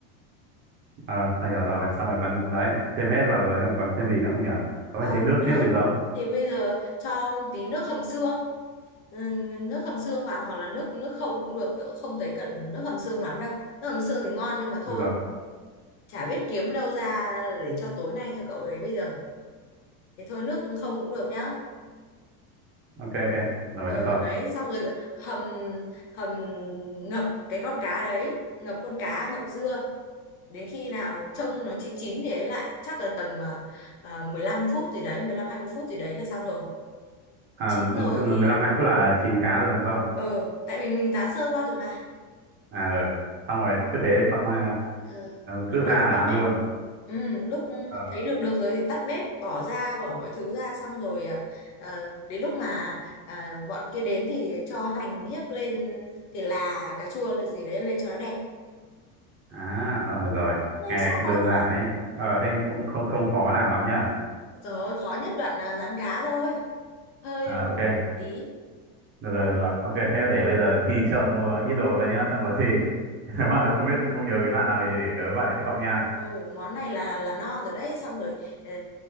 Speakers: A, on the right (about 25°); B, on the left (about 50°).
A: Ờ, tao hiểu rồi, xong rồi còn đấy, thêm hết vào rồi, không còn thêm gì nữa không nhở Có
B: Ờ,
A: phải thêm nước
B: đấy
A: nước gì không?
B: thì bây giờ cho tí nước hầm xương ừ, nước hầm xương vào hoặc là nước nước không cũng được tớ cũng không thấy cần nước hầm xương lắm đâu nước hầm xương thì ngon nhưng mà thôi
A: Được rồi.
B: chả biết kiếm đâu ra để cho tối nay cho cậu đấy bây giờ thì thôi nước không cũng được nhá
A: Ok ok. Rồi
B: ờ
A: nước không?
B: đấy xong rồi hầm hầm ngập cái con cá đấy ngập con cá ngập dưa đến khi nào trông nó chín chín thì ấy lại chắc là tầm à, à, 15 phút gì đấy mười lăm hai mươi phút gì đấy là xong rồi
A: À
B: chín rồi
A: cứ mười
B: thì
A: lăm hai phút là chín cá rồi đúng không?
B: ờ tại vì mình tá sơ qua rồi mà
A: À ừ. Xong rồi cứ thế bậm à,
B: Ờ, lúc
A: cứ
B: đấy
A: ra
B: thì
A: là
B: tắt
A: ăn
B: bếp
A: luôn.
B: ừ, lúc
A: Ờ
B: thấy được được rồi thì tắt bếp bỏ ra bỏ mọi thứ ra xong rồi à, à, đến lúc mà à, bọn kia đến thì cho hành hiếc lên thì là cà chua là gì đấy lên cho nó đẹp
A: À, ờ rồi,
B: đấy
A: nghe
B: xong
A: cũng
B: món
A: đơn
B: rồi
A: giản
B: đấy
A: đấy. Ờ, thế cũng không không khó làm lắm nhờ.
B: rồi khó nhất đoạn là rán cá thôi hơi
A: À,
B: nổi
A: ok,
B: bùng bùng tí
A: được rồi, được rồi. Ok, thế để bây giờ đi chợ mua ít đồ luôn nhá, xong có gì. <laughs> Nếu mà không biết, không nhớ cái đoạn nào thì để tớ gọi lại cho cậu nha.
B: ừ món này là là no rồi đấy xong rồi ờ,